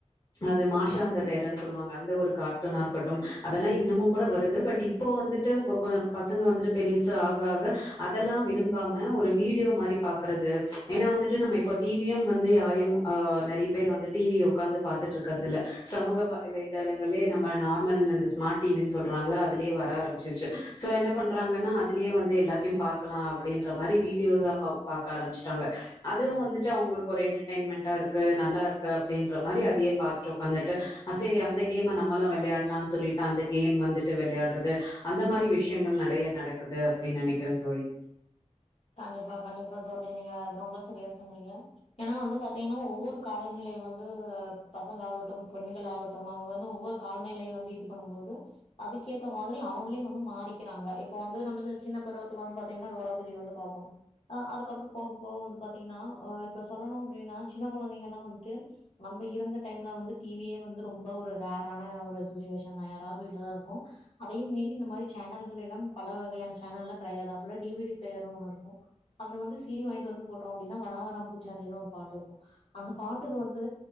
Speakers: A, on the left (about 35°); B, on the left (about 60°).
A: அது மாஷா அந்த பேருன் சொல்வாங்க அந்த ஒரு கார்ட்டூனா இருக்கட்டும் அதெல்லா இன்னமும் கூட வருது பட் இப் இப்போ வந்துட்டு கொ கொஞ்ச பசங்க வந்துட்டு பெரிசா ஆக ஆக அதல்லா விரும்பாம ஒரு வீடியோ மாரி பாக்குறது ஏன்னா வந்துட்டு நம்ம இப்ப டிவியும் வந்து யாரையும் ஆ நெறைய பேர் வந்து டிவிய உக்காந்து பாத்துட்ருக்கறதுல்ல சமூக வலைதளங்களே நம்ம நார்மல் அந்த ஸ்மார்ட் டிவின் சொல்றாங்களா அதுலியே வர ஆரம்பிச்சிருச்சு சோ என்ன பண்றாங்கன்னா அதுலையே வந்து எல்லாத்தியு பாக்கலா அப்டின்ற மாரி வீடியோஸா பா பாக்க ஆரம்பிச்சுட்டாங்க அதுவு வந்துட்டு அவுங்களுக்கு ஒரு என்டர்டெய்ன்மெண்ட் டா இருக்கு நல்லாருக்கு அப்டின்ற மாரி அதுயே பாத்துட்டு உக்காந்துட்டு அ சேரி அந்த கேம்ம நம்மளு வெளயாட்லான் சொல்லிட்டு அந்த கேம் வந்துட்டு வெளையாட்றது அந்த மாரி விஷயங்கள் நெடையா நடக்குது அப்டி நெனைக்கிறே தோழி
B: கண்டிப்பா கண்டிப்பா தோழி நீங்க அது ரொம்ப சரியா சொன்னீங்க ஏன்னா வந்து பாத்தீங்கனா ஒவ்வொரு காலநிலை வந்து பசங்களாகட்டும் பெண்களாகட் டும் அவுங்க வந்து ஒவ்வொரு காலநிலை வந்து இது பண்ணும் போது அதுக்கேத்த மாதிரி அவங்களே வந்து மாறிக்கிறாங்க இப்ப வந்து நம்பள்தேது சின்ன பருவத்துல வந்து பாத்திங்கன்னா டோரா புஜ்ஜி வந்து பாப்போம் அ அதுக்கப்றோ போக போக வந்து பாத்திங்கன்னா ஆ இப்ப சொல்லணு அப்டின்னா சின்ன கொழந்தைங்கல்லா வந்துட்டு நம்ப இருந்த டைம்ல வந்து டிவியே வந்து ரொம்ப ஒரு ரேரான ஒரு சுஷ்ஷுவேஷன் தா யாராது வீட்லதாருக்கோ அதையும் மீறி இந்த மாறி சேனல்கள் எல்லாம் பல வகையான சேனல்ல்லாம் கெடயாது அப்புல்லா டீவிடி ப்ளேயர்ன் ஒண்ணுருக்கும் அதுல வந்து சீடி வாய்ன்ட்டு வந்து போட்டோ அப்டின்னா வரான் வரான் பூச்சான்டினு ஒரு பாட்டுருக்கு அந்த பாட்டுக்கு வந்து